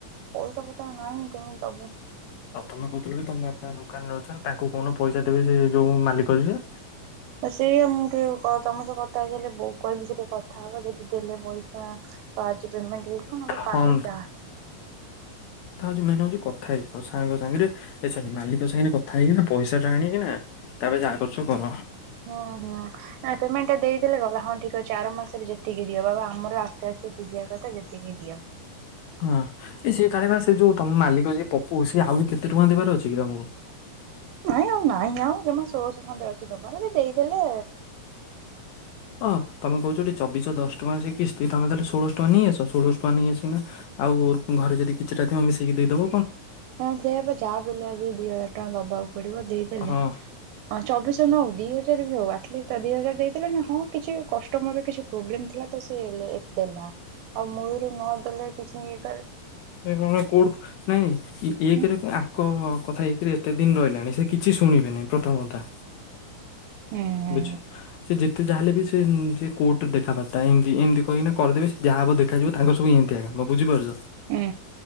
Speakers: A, on the right; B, on the left.
A: ପଇସା ପତ୍ର ନାହିଁ, କେମିତି ଦବୁ?
B: ପ୍ରଥମେ କହୁଥିଲ ଯେ ତମ ବାପା ଦୋକାନରେ ଅଛନ୍ତି, ତାଙ୍କୁ କହୁନ ପଇସା ଦେବେ ସେ ଯୋଉ ମାଲିକ ଯିଏ?
A: ତ ସେ ମୁବି କ ତୁମ ସହ କଥା ହେଇଥିଲି ବୋଉକୁ କହିବି ସେ ଟିକେ କଥା ହବ ଯେ ସେ ଦେଲେ ପଇସା ତ ଆଜି ପେମେଣ୍ଟ ହେଇଯିବ ନହେଲେ କାଲି
B: ହଁ
A: ଯା
B: ମେନେ ହୋଉଛି କ କଥା ହେଇକି ସାର୍ ଙ୍କ ସାଙ୍ଗରେ ଏ ସରି ମାଲିକ ସାଙ୍ଗରେ କଥା ହେଇକି ପଇସା ଟା ଆଣିକିନା ତାପରେ ଯାହା କରୁଛ କର।
A: ଓହୋ ନାଇଁ ପେମେଣ୍ଟ ଟା ଦେଇଦେଲେ ଗଲା ହଁ ଠିକ ଅଛି ଆର ମାସ ଯେତିକି ଦିଅ ବାବା ଆମର ଆସ୍ତେ ଆସ୍ତେ ସୁୁଝିବା କଥା ଯେତିକି ଦିଅ।
B: ହଁ ସେ କାଳେ ପା ଯୋଉ ତମ ମାଲିକ ଯ ପପୁ ସିଏ ଆଉ କେତେ ଟଙ୍କା ଦବାର ଅଛି କି ତମକୁ?
A: ନାଇଁ ଆଉ ନାଇଁ ଆଉ ଜମା ସୋଲସହ ଖଣ୍ଡେ ଅଛି ତାପାଖରେ ଦେଇଦେଲେ
B: ଅ ତମେ କହୁଛ ଟି ଚବିଶହ ଦଶ ଟଙ୍କା କିସ୍ତି ତାହେଲେ ଷୋଳଶ ଟଙ୍କା ନେଇଆସ ଷୋଳଶହ ଟଙ୍କା ନେଇସିକିନା ଆଉ ଘରେ ଯଦି କିଛିଥିବ ଟା ଥିବ ମିଶିକି ଦେଇଦେବ।
A: ହଁ ସେୟା ପା ଯାହା ବିଲ ଆଜି ଦି ହଜାର ଟଙ୍କା ଦବାକୁ ପଡ଼ିବ ଦେଇଦେଲେ
B: ହଁ
A: ଅଁ ଚବିଶ ନଉନି? ଦିହଜାର ବି ହଉ ଆଟଲିଷ୍ଟ ଦିଇ ହଜାର ଦେଇଦେଲାନା ହଁ କିଛି କଷ୍ଟମରର କିଛି ପ୍ରୋବ୍ଲେମ୍ ଥିଲା ତ ସେ ଏତେ ଦେଲା ଆଉ ମୂଳରୁ ନ ଦେଲେ କିଛି ଇ
B: ସେ କଣ କୋଉଠ ନାଇଁ ଏକଇରେ
A: ହୁଁ
B: ଆଙ୍କ କଥା ଏକରେ ଏତେ ଦିନ ରହିଲାଣି ସେ କିଛି ଶୁଣିବେନି ପ୍ରଥମ କଥା।
A: ହୁଁ
B: ବୁଝ ସେ ଯେତେ ତ ଯାହା ହେଲେ ବି ସେ ସେ କୋର୍ଟରେ ଦେଖାବାର୍ତ୍ତା ଏମିତି ଏମିତି କହିକି ନା କରିଦେବେ ସେ ଯାହା ହେବ ଦେଖାଯିବ ତାଙ୍କ ସବୁ ଏମିତିଆ କାମ୍। ମଁ ବୁଝିପାରୁଛି।
A: ହୁଁ